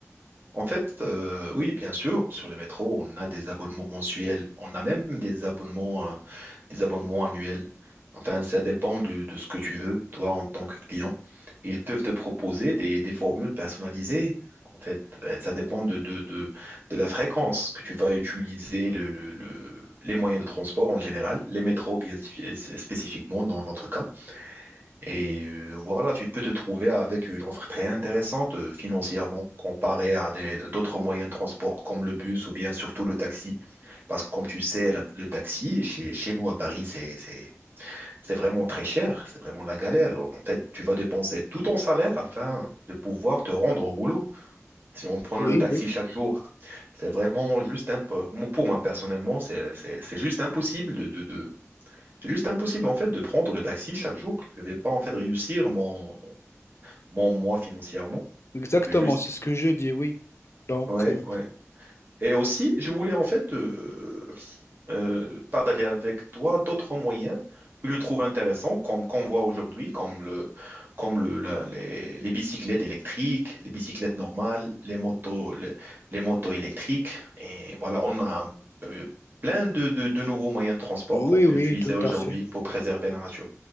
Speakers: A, on the right (about 40°); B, on the left (about 55°).
A: en fait, euh, oui, bien sûr, sur le métro, on a des abonnements mensuels, on a même des abonnements, euh, des abonnements annuels. Enfin, ça dépend de, de ce que tu veux, toi, en tant que client. Ils peuvent te proposer des, des formules personnalisées. En fait, Euh, ça dépend de, de, de, de la fréquence que tu vas utiliser le, le, le- les moyens de transport en général, les métros bien spécifiquement dans notre cas. Et euh, voilà, tu peux te trouver avec une offre très intéressante euh, financièrement comparée à des- d'autres moyens de transport comme le bus ou bien surtout le taxi. Parce que comme tu sais, la- le taxi chez, chez nous à Paris, c'est, c'est, c'est vraiment très cher, c'est vraiment la galère. En fait, tu vas dépenser tout ton salaire afin de pouvoir te rendre au boulot. Si on prenait
B: Oui,
A: le taxi
B: oui,
A: chaque jour, c'est vraiment juste imp- moi, Pour moi personnellement, c'est c'est- c'est juste impossible de, de, de- c'est juste impossible en fait de prendre le taxi chaque jour. Je vais pas en fait réussir mon mon moi financièrement.
B: exactement,
A: Je vais juste.
B: c'est ce que je dis, oui. Donc,
A: Ouais,
B: euh,
A: ouais. Et aussi, je voulais en fait euh, euh, partager avec toi d'autres moyens que je trouve intéressants, comme qu'on voit aujourd'hui, comme le, comme le, la- les, les bicyclettes électriques, les bicyclettes normales, les motos, les, les motos électriques. Et voilà, on a un peu- plein de, de, de nouveaux moyens de transport
B: oui,
A: qu'on peut
B: oui,
A: utiliser
B: tout
A: aujourd'hui
B: à fait.
A: pour préserver la nature.